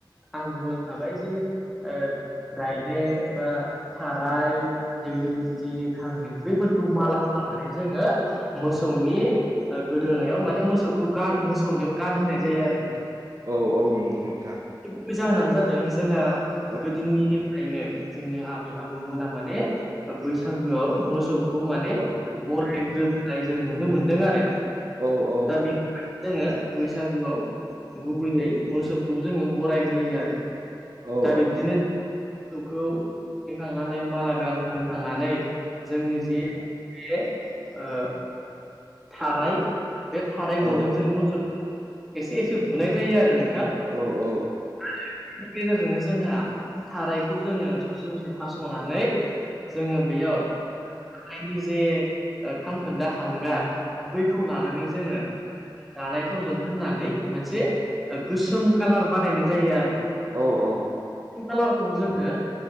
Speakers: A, in the centre; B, on the right (about 45°).
A: आं बुंलांखाबाय जे ओ राइदों एबा थाराय दिघलि गुटि खांग्रिं बैफोरखौ माला खालामनानै जोङो मोसौनि गोदोनोनायाव माने मोसौखौ गार मोसौनियाव गान होनाय जायो आरो नोंथां।
B: औ औ नंगौ नोंथां
A: बै जाहोनानो जादों जोंहा
B: औ
A: गोदोनिफ्रायनो जोंनि आबै आबौमोना माने बैसागोआव मोसौ खौ माने
B: औ
A: बरायग्रोबोनाय जों नुनो मोनदों आरो
B: औ औ
A: दा बेनि जोङो बैसागुआव गुबैयै मोसौखौ जोङो बरायग्रोयो आरो।
B: औ
A: दा बिब्दिनो मोसौखौ थुखैखांनानै माला गान होखांनानै जोंनि जि बे ओ थाराय बे थाराइ गनजों
B: औ
A: जों मोसौखौ एसे एसे बुनाय जायो आरो नोंथां।
B: औ औ
A: आरो बेनि गेजेरजोंनो जोंहा थारायखौ जोङो ससे ससे हास'नानै जोङो बेयाव थायो जे ओ खामखोन्दा हांगार बै खौ लानानै जोङो जानाय थावजों फोननानै मोनसे गोसोम कालार बानायनाय जायो आरो।
B: औ औ
A: कालारखौ जोङो